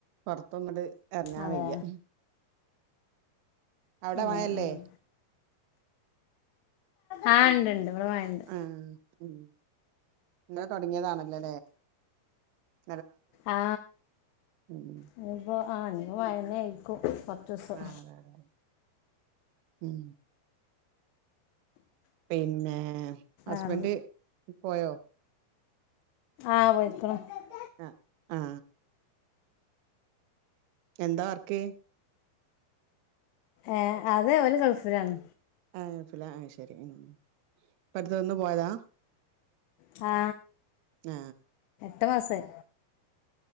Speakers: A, on the right (about 75°); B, on the left (about 80°).
A: പുറത്തൊങ്ങട് ഇറങ്ങാൻ
B: അതെ
A: വയ്യ അവിടെ
B: ആഹ്
A: മഴയില്ലേ
B: ആഹ് ആ ഉണ്ട് ഉണ്ട് ഇവിടെ മഴയുണ്ട്
A: ആഹ് ഉം ഇന്നലെ തുടങ്ങിയതാണല്ലേ ല്ലേ
B: ആ
A: ഉം
B: ഇനിയിപ്പോ ആ ഇനി മഴ തന്നെ ആയിരിക്കും കുറച്ചു ദിവസം
A: ആഹ് അതെ അതെ ഉം പിന്നെ ഹസ്ബൻഡ്
B: ആറ്
A: പോയോ
B: ആഹ് <unintelligible>
A: ആ ആ എന്താ വർക്ക്
B: ഏ അത് അവര് ഗൾഫിലാണ്
A: ആ ശരി ഇപ്പടുത്തൊന്ന് പോയതാ
B: ആ
A: ആ
B: മാസമായി